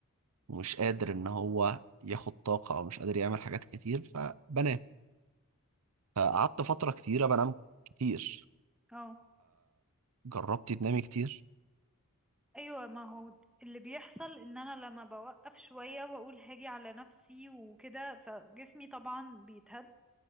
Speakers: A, on the right; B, in the centre.
A: ومش قادر ان هو ياخد طاقة او مش قادر يعمل حاجات كتير فبنام فقعدت فترة كتيرة بنام كتير
B: اه
A: فجربتي تنامي كتير
B: ايوه ما هو اللي بيحصل ان انا لما بوقف شويه واقول هاجي على نفسي وكده فجسمي طبعا بيتهد